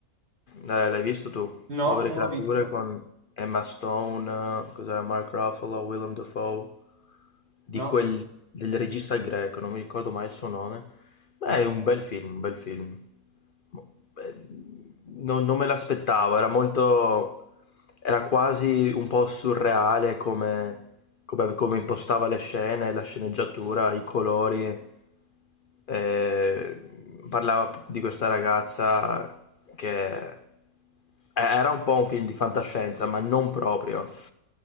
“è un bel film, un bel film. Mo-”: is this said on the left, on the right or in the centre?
Left